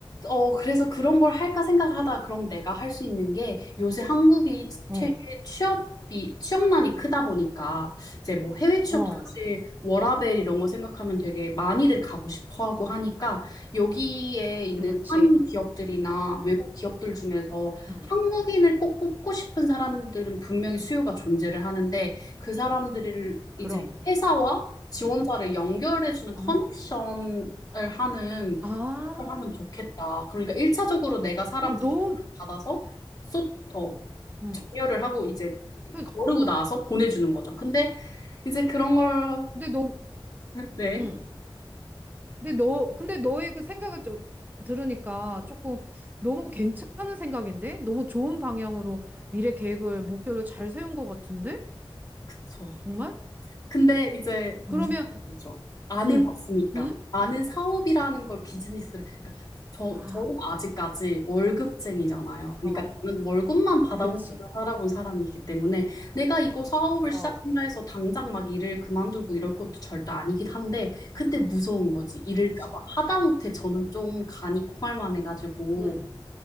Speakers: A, on the left; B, on the right.
A: 어, 그래서 그런 걸 할까 생각을 하다 그럼 내가 할 수 있는 게 요새 한국이
B: 어,
A: 최 취업이 취업난이 크다 보니까 이제 뭐 해외 취업도
B: 어,
A: 사실 워라밸 이런 거 생각하면 되게 많이들 가고 싶어 하고 하니까 여기에 있는
B: 그렇지.
A: 한인 기업들이나
B: 응,
A: 외국 기업들 중에서
B: 응,
A: 한국인을 꼭 뽑고 싶은 사람들은 분명히 수요가 존재를 하는데 그 사람들을
B: 그럼,
A: 이제 회사와 지원자를
B: 응,
A: 연결해주는 커넥션을
B: 응.
A: 하는
B: 아,
A: 하면 좋겠다. 그러니까 일차적으로 내가 사람
B: 어,
A: 제보를
B: 너,
A: 받아서 쏟, 어,
B: 응.
A: 정렬을 하고 이제
B: 그-
A: 거르고 나서 보내주는 거죠. 근데 이제 그런 걸,
B: 근데 너,
A: 네,
B: 응. 근데 너, 근데 너의 그 생각을 좀 들으니까 조금 너무 괜찮은 생각인데? 너무 좋은 방향으로 미래 계획을, 목표를 잘 세운 것 같은데?
A: 그쵸.
B: 정말?
A: 근데 이제 무서운
B: 그러면,
A: 거죠. 안
B: 응,
A: 해봤으니까
B: 응?
A: 아는 사업이라는 걸 비즈니스를 그러니까 저
B: 아,
A: 저는 아직까지 월급쟁이잖아요. 그러니까
B: 어,
A: 나는 월급만 받아오면서
B: 그치.
A: 살아본 사람이기 때문에 내가 이거 사업을
B: 어,
A: 시작한다 해서 당장 막 일을 그만두고 이럴 것도 절대 아니긴 한데 근데 무서운 거지 이럴까
B: 그치.
A: 봐 하다못해 저는 좀 간이 콩알만 해가지고
B: 응,